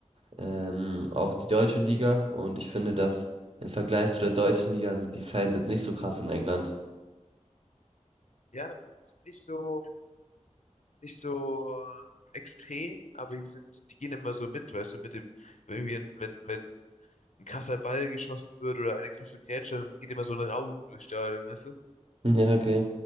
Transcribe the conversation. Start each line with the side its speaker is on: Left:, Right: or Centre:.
Right: ähm, auch die deutsche Liga. Und ich finde, dass im Vergleich zu der deutschen Liga sind die Fans jetzt nicht so krass in England.
Left: Ja, find's nicht so, nicht so äh, extrem, aber die sind, die gehen immer so mit, weißt du, mit dem, wenn irgendwie wenn, wenn ein krasser Ball geschossen wird oder eine krasse Grätsche, dann geht immer so ein Raunen durchs Stadion, weißt du?
Right: <laughs> Ja, okay.